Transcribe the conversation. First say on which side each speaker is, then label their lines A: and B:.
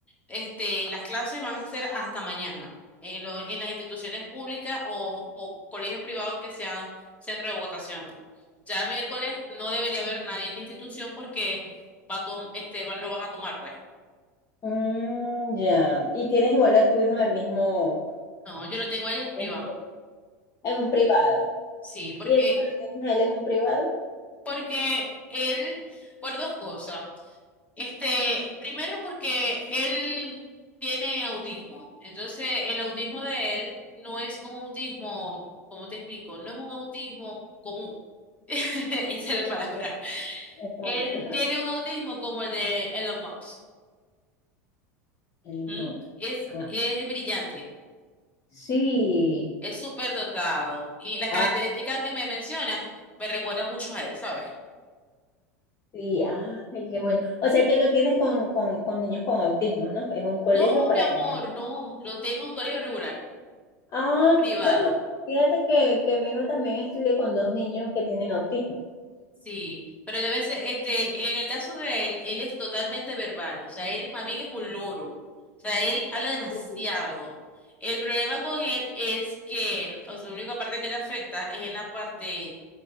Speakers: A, on the left; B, on the left.
A: este, las clases van a ser hasta mañana en, lo- en las instituciones públicas o, o colegios privados que sean centro de votación. Ya el miércoles no debería haber nadie en la institución porque va a tom- este, van- lo van a tomar, pues.
B: Mm, ya. Y tienes igual a tu hijo en el mismo,
A: No, yo lo tengo a él en un privado.
B: en un privado.
A: Sí, porque,
B: ¿Y eso que le tienes a él en un privado?
A: porque él, por dos cosas. Este, primero porque él tiene autismo. Entonces, el autismo de él no es un autismo, ¿cómo te explico? No es un autismo común. <laughs> Esa es la palabra.
B: Exacto.
A: Él
B: <laughs>
A: tiene un autismo como el de Elon Musk.
B: El
A: ¿Mm?
B: MOOC.
A: Es,
B: Ah,
A: es brillante,
B: sí.
A: es súper dotado. Y las
B: Ah,
A: características que me mencionas me recuerdan mucho a él, ¿sabes?
B: sí.
A: Por-
B: Ay, qué bueno. O sea que lo tienes con, con, con niños con autismo, ¿no? Es un colegio
A: No,
B: para
A: mi amor,
B: ellos.
A: no. Lo tengo en un colegio regular,
B: Ah,
A: privado.
B: bueno, fíjate que, que mi hijo también estudia con dos niños que tienen autismo.
A: Sí, pero debe ser, este, en el caso de él, él es totalmente verbal. O sea, él más bien es un loro. O sea, él habla demasiado.
B: Y,
A: El problema con él es que, o sea, la única parte que le afecta es en la parte